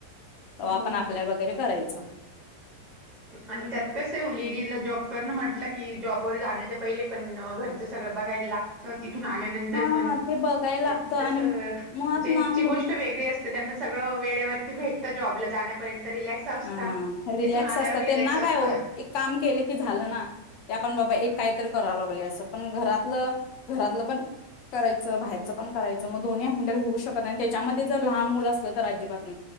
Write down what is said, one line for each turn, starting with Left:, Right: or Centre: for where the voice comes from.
Right: हम्म.
Left: तवा
Right: हो.
Left: आपण अप्लाय वगैरे करायच च
Right: आणि त्यात कस ओ लेडीजला जॉब करण वगैरे म्हटलं की जॉब बर जाण्याच्या पहिले पण घरचं सगळ बघायला लागतं. तिथून आल्यानंतर
Left: हा
Right: पण
Left: ते बघायला लागतं आणि
Right: तस
Left: मुळात
Right: ज्यांची
Left: ना मुली
Right: गोष्ट वेगळी असते त्यांना सगळं वेळेवरती भेट त्या जॉबला जाण्यापर्यंत रिलॅक्स असता
Left: हा रिलॅक्स
Right: तिथून आल्यावर
Left: असतात
Right: रिलॅक्स
Left: त्यांना
Right: असता
Left: काय हो एक काम केलं की झालं ना की आपण बाबा
Right: हम्म
Left: एक काय तर करालो -- अस पण घरातलं घरातलं पण करायचं बाहेरच पण करायचं मग दोन्ही हँडल होऊ शकत आणि त्याच्यामध्ये जर लहान मुलं असलं तर अजिबात नाही